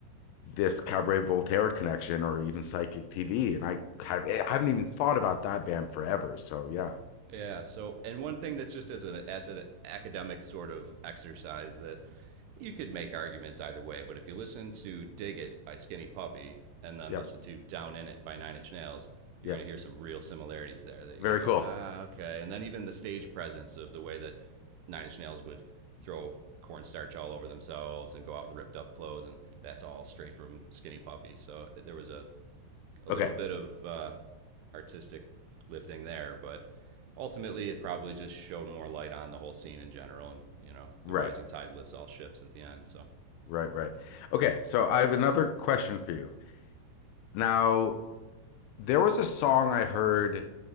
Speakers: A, on the left; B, on the right.
A: this Cabaret Voltaire connection or even Psychic TV. And I, I haven't even thought about that band forever. So yeah,
B: Yeah. So, and one thing that's just as an as an academic sort of exercise that you could make arguments either way, but if you listen to "Dig It" by Skinny Puppy and then
A: yep,
B: listen to "Down in It" by Nine Inch Nails, you're
A: yep.
B: going to hear some real similarities there that you're
A: Very
B: going to
A: cool.
B: go, ah, okay. And then even the stage presence of the way that Nine Inch Nails would throw cornstarch all over themselves and go out in ripped up clothes, and that's all straight from Skinny Puppy. So there was a a little
A: Okay,
B: bit of uh, artistic lifting there, but ultimately it probably just showed more light on the whole scene in general. And you know, the
A: right,
B: rising tide lifts all ships at the end. So
A: right, right. Okay, so I have another question for you. Now, there was a song I heard